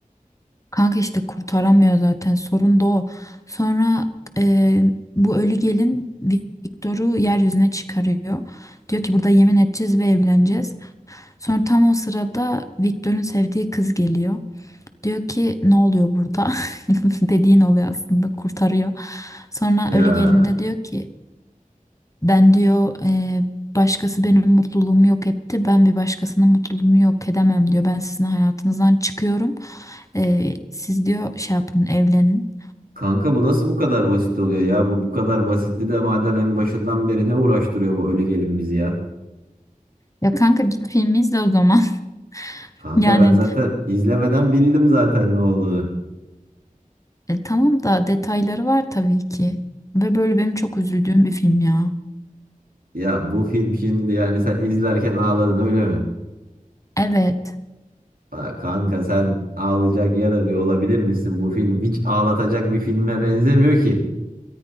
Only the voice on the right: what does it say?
Ya
kanka bu nasıl bu kadar basit oluyor ya? Bu bu kadar basitti de madem en başından beri ne uğraştırıyor bu ölü gelin bizi ya?
Kanka
ben zaten izlemeden bildim zaten ne olduğunu.
Ya bu film şimdi yani sen izlerken ağladın öyle mi?
Aa, Kanka sen ağlayacak yer arıyor olabilir misin? Bu film hiç ağlatacak bir filme benzemiyor ki.